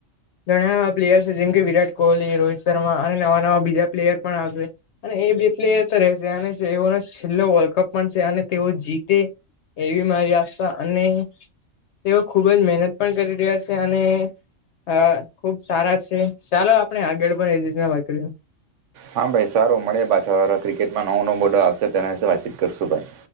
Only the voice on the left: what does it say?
ઘણા એવા પ્લેયર છે જેમ કે વિરાટ કોહલી રોહિત શર્મા અને નવા નવા બીજા પ્લેયર પણ આવશે. અને એ બે પ્લેયર તો રહેશે અને એઓનો છેલ્લો વર્લ્ડ કપ પણ છે અને તેઓ જીતે એવી મારી આશા અને તેઓ ખુબ જ મહેનત પણ કરી રહ્યા છે અને હા ખુબ સારા છે ચાલો આપણે આગળ પણ એ રીતના વાત કરીએ